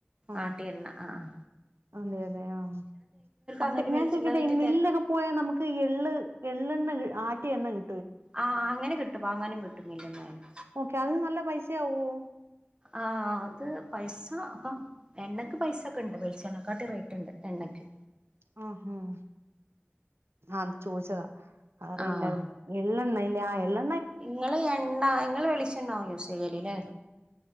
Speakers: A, on the right; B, on the right.
A: ആ
B: ആട്ടിയ എണ്ണ. ആഹ്
A: അതെ അതെ ആഹ്. അപ്പെ
B: അങ്ങനെ
A: ഞാൻ
B: വെളിച്ചെണ്ണ
A: ചോദിക്കട്ടെ
B: ആയിട്ട്
A: മില്ലൊക്കെ
B: തേക്കാം
A: പോയാൽ നമുക്ക് എള്ള് എള്ളെണ്ണ കി ആട്ടിയ എണ്ണ കി
B: ആഹ് അങ്ങനെ കിട്ടും. വാങ്ങാനും കിട്ടും മില്ലീന്നു തന്നെ.
A: ഓക്കെ അത് നല്ല പൈസയാവോ?
B: ആഹ് അത് പൈസ. അപ്പ എണ്ണയ്ക്ക് പൈസ ക്കെണ്ട് വെളിച്ചണ്ണേക്കാട്ടി റേറ്റുണ്ട് എണ്ണയ്ക്ക്.
A: ഉം ഹും അത് ചോദിച്ചതാ. അത് അറിയില്ലായിരുന്ന്.
B: ആഹ്
A: എള്ളെണ്ണ ഇല്ലേ ആഹ് എള്ള
B: ഇങ്ങള് എണ്ണ ഇങ്ങള് വെളിച്ചെണ്ണയാവും യൂസ് ചെയ്യലല്ലേ.